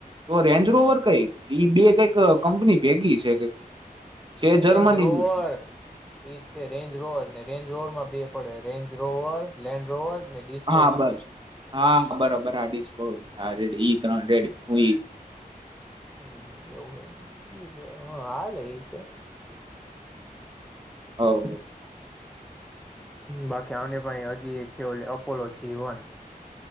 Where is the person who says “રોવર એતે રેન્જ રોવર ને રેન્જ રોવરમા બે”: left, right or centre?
Centre